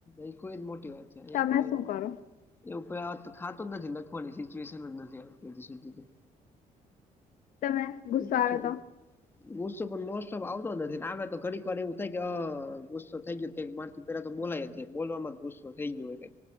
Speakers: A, on the left; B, on the left.
A: ન કોઈ જ મોટી વાત છે અહિયાં
B: તમે
A: તો એવું
B: શું કરો
A: એ ઉપર આ વાત નું તો થાતો જ નથી લખવાની સિચ્યુએશન જ નથી આવતી
B: તમે ગુસ્સો
A: નિ
B: આવે તો
A: ગુસ્સો પણ મોસ્ટ ઓફ આવતો નથી આવે તો ઘડીક વાર એવું થાય કે હ ગુસ્સો થઈ ગયો માર પેલા તો બોલાય જ જાય બોલવામાં જ ગુસ્સો થઈ ગયો કાઈ